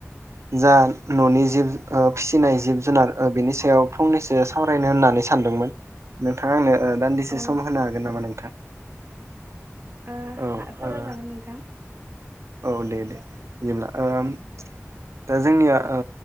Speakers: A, on the right (about 65°); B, on the right (about 40°).
A: जा न'नि जिब ओ फिसिनाय जिब जुनार ओ बिनि सायाव फंनैसो सावरायनो होननानै सानदोंमोन नोंथाङा आंनो ओ दान्दिसे
B: औ ओ
A: सम होनो हागोन नामा नोंथां?
B: ओ
A: औ
B: हा सावरायजागोन
A: ओ
B: नोंथां
A: औ दे दे बिदिब्ला ओम दा जोंनिया ओ